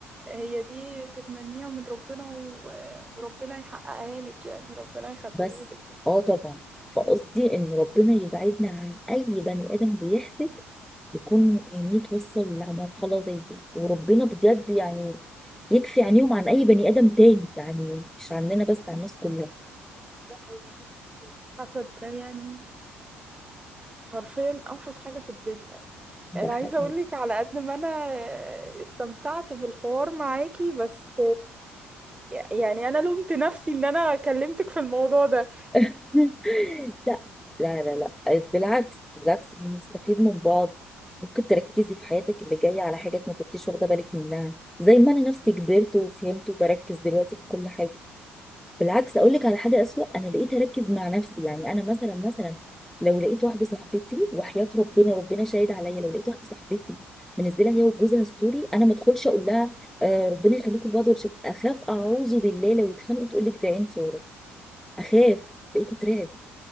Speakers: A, on the right; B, in the centre.
A: هي دي تتمنيها من ربنا و- وربنا يحققها لك يعني ربنا يخليهولك
B: بس اه طبعا فقصدي ان ربنا يبعدنا عن اي بني ادم بيحسد يكون عينيه توصل لمرحله زي دي وربنا بجد يعني يكفي عينيهم عن اي بني ادم تاني يعني مش عننا بس عن الناس كلها
A: لا، هو الحسد ده يعني حرفيا اوحش حاجة في الدنيا
B: ده
A: انا
B: حقيقي
A: عايزة اقول لك على قد ما انا استمتعت بالحوار معاكي بس يعني انا لومت نفسي ان انا كلمتك في الموضوع ده
B: <laughs> لا لا لا لا بالعكس بالعكس بنستفيد من بعض ممكن تركزي في حياتك اللي جايه على حاجات ما كنتيش واخده بالك منها زي ما انا نفسي كبرت وفهمت وبركز دلوقتي في كل حاجه بالعكس اقول لك على حاجه اسوأ انا بقيت اركز مع نفسي يعني انا مثلا مثلا لو لقيت واحده صاحبتي وحياه ربنا ربنا شاهد عليا لو لقيت واحده صاحبتي منزله هي وجوزها ستوري انا ما ادخلش اقول لها آه ربنا يخليكم لبعض ولا شيء. اخاف اعوذ بالله لو اتخانقوا تقول لك ده عين صوره اخاف بقيت اترعب